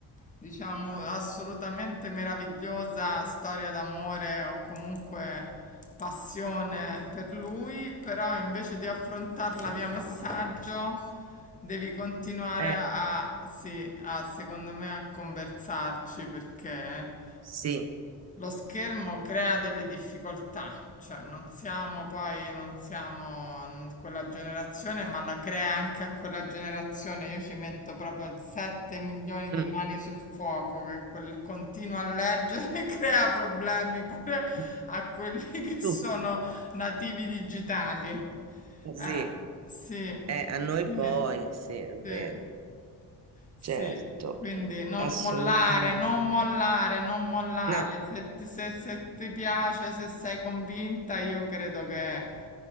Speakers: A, on the left; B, on the right.
A: diciamo, assolutamente meravigliosa storia d'amore o comunque passione per lui, però invece di affrontarla via messaggio devi continuare
B: eh,
A: a, sì, a, secondo me a conversarci perché
B: sì,
A: lo schermo crea delle difficoltà, cioè non siamo poi, non siamo n- quella generazione, ma la crea anche a quella generazione. Io ci metto proprio 7 milioni
B: mm,
A: di mani sul fuoco, che quel continuo a leggere <laughs> crea problemi pure
B: <laughs>
A: a quelli che
B: tu,
A: sono nativi digitali.
B: sì,
A: Eh, sì,
B: eh, a noi
A: sì,
B: poi, sì, è
A: sì.
B: vero.
A: Sì,
B: Certo,
A: quindi non
B: assolutamente.
A: mollare, non mollare, non mollare.
B: No.
A: Se ti, se- se ti piace, se sei convinta, io credo che